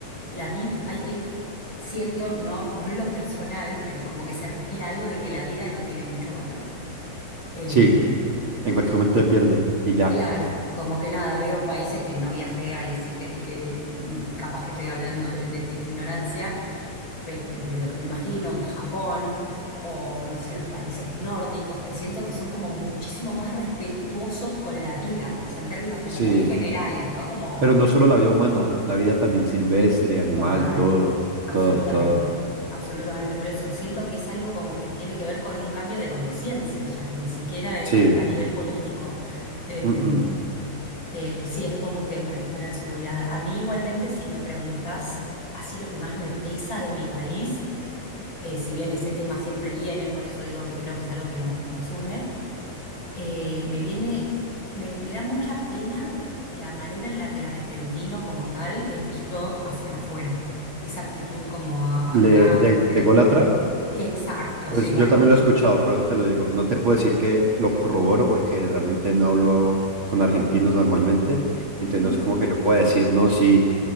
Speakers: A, on the left; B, on the right.
A: la vida, siento, no, no en lo personal, pero como que se respira algo de que la vida no tiene mucho valor. Em,
B: Sí, en cualquier momento se pierde y ya.
A: claro, como que nada, veo países que no viajé ahí, sí que, que capaz que estoy hablando de- desde la ignorancia pero desde lo que me imagino en Japón o no sé, los países nórdicos, que siento que son como muchísimo más respetuosos con la vida, o sea, en términos como
B: Sí.
A: muy generales, ¿no? Como
B: Pero no solo la vida humana, la vida también silvestre, animal,
A: total,
B: todo,
A: absolutamente,
B: todo, todo.
A: absolutamente. Por eso siento que es algo como que tiene que ver con un cambio de conciencia, ya que ni siquiera es
B: Sí,
A: a, a nivel político. Em,
B: mm-mm.
A: eh, sí, es todo un tema, el tema de la inseguridad. A mí igualmente, si me preguntás así lo que más me pesa de mi país, eh, si bien ese tema siempre viene, por eso digo que creo que es algo que nos, nos une, eh, me viene, me, me da mucha pena la manera en la que el argentino como tal es visto hacia la afuera. Esa actitud como a- arrogante.
B: Le, de, de Gólatra,
A: Exacto,
B: pues
A: sí, bueno.
B: yo también lo he escuchado, por eso te lo digo. No te puedo decir que lo corroboro porque realmente no hablo con argentinos normalmente,
A: vos-
B: entonces no es como que yo pueda decir, no, sí,